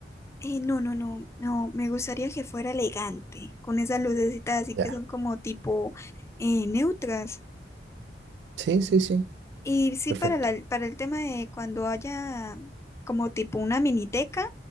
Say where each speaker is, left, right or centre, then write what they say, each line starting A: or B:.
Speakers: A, on the left; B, on the right.
A: eh, no, no, no, no, me gustaría que fuera elegante, con esas lucecitas así
B: Ya.
A: que son como tipo eh, neutras.
B: Sí, sí, sí.
A: Y sí,
B: Perfecto.
A: para la- para el tema de cuando haya como tipo una miniteca,